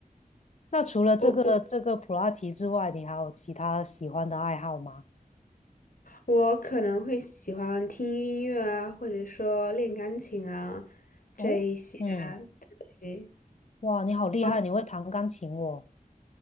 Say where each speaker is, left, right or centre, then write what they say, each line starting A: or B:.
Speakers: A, on the left; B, on the left.
A: 那除了这个这个普拉提之外，
B: 我我
A: 你还有其他喜欢的爱好吗？
B: 我可能会喜欢听音乐啊，或者说练钢琴啊，这一些。
A: 哦，嗯，
B: 对
A: 哇，你好厉害，
B: ，OK
A: 你会弹钢琴哦。